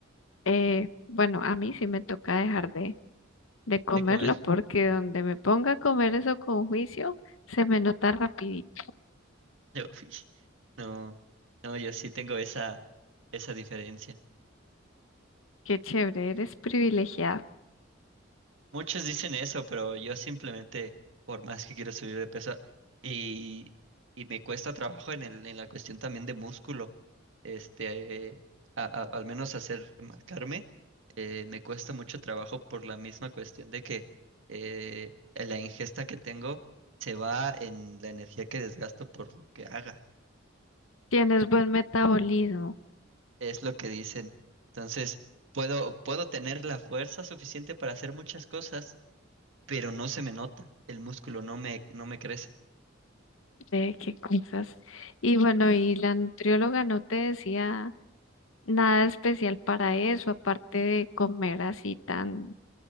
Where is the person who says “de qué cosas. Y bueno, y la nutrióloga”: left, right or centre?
Left